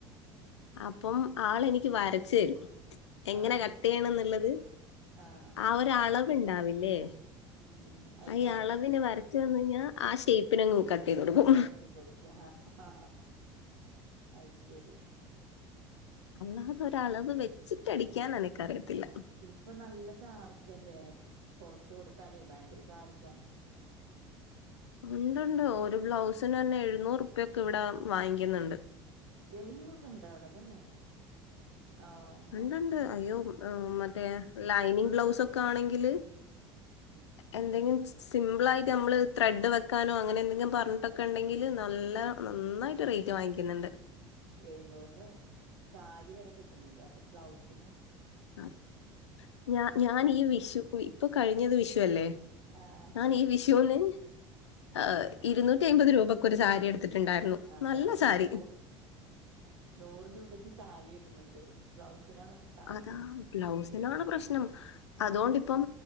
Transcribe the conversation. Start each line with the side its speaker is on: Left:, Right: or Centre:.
Left: അപ്പം ആള് എനിക്ക് വരച്ച് തരും എങ്ങനെ
Right: ആഹ്
Left: കട്ടെയ്യണംന്നുള്ളത്,
Right: വ ആഹ്
Left: ആ ഒരു അളവിണ്ടാവില്ലേ?
Right: ഉം ഉം അത്
Left: ഈ
Right: കറ
Left: അളവിന് വരച്ച് തന്ന് കഴിഞ്ഞാ ആ ഷെയ്പ്പിനങ് കട്ട് ചെയ്ത് കൊടുക്കും.
Right: അങ്ങനെ വെട്ടി കൊടുക്കും. ആഹ് അയ്ശരി.
Left: അല്ലാതെ ഒര് അളവ് വെച്ചിട്ടടിക്കാൻ എനക്കറിയത്തില്ല.
Right: ഇപ്പൊ നല്ല ചാർജല്ലേ? പൊറത്ത് കൊടുത്താലേ ഭയങ്കര ചാർജാണ്.
Left: ഉണ്ടുണ്ട്. ഒരു ബ്ലൗസിന് തന്നെ എഴുന്നൂറ്പ്യൊക്കെ ഇവടെ വാങ്ങിക്ക്ന്ന്ണ്ട്.
Right: എഴുന്നൂറൊക്കെ ഇണ്ട് അവിടെ ല്ലേ? ഓഹോ
Left: ഇണ്ട്ണ്ട്. അയ്യോ! മറ്റേ ലൈനിങ് ബ്ലൗസൊക്കെ ആണെങ്കില് എന്തെങ്കിലും സിമ്പിളായിട്ട് നമ്മള് ത്രെഡ് വെക്കാനോ അങ്ങനെ എന്തെങ്കിലും പറഞ്ഞിട്ടൊക്കെ ഇണ്ടെങ്കി ല് നല്ല നന്നായിട്ട് റെയ്റ്റ് വാങ്ങിക്ക്ന്ന്ണ്ട്.
Right: എഴുന്നൂറിന് സാരി വരെ കിട്ട്ണ് ണ്ട്. അപ്പൊ ബ്ലൗസിന്,
Left: ആഹ് ഞ ഞാൻ ഈ വിഷു ഇപ്പൊ കഴിഞ്ഞത് വിഷുവല്ലേ?
Right: ആഹ്
Left: ഞാൻ ഈ വിഷൂന് ഏഹ് ഇരുന്നൂറ്റി അയ്മ്പത് രൂപക്കൊരു സാരി എടുത്തിട്ടുണ്ടായിരുന്നു.
Right: അതാണേ
Left: നല്ല സാരി
Right: നൂറ് നൂറ് രൂപക്കും സാരി കിട്ട്ണ് ണ്ട്. ബ്ലൗസിനാണ്, ഇപ്പൊ ചാർജ്
Left: അതാ ബ്ലൗസിനാണ് പ്രശ്നം അതു
Right: ആഹ്
Left: കൊണ്ടിപ്പം.